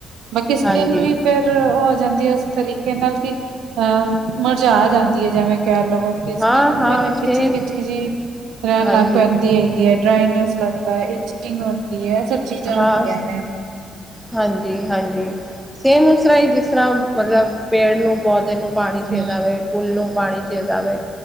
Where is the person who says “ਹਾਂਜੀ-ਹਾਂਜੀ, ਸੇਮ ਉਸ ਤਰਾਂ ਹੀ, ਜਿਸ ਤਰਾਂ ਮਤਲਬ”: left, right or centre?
Centre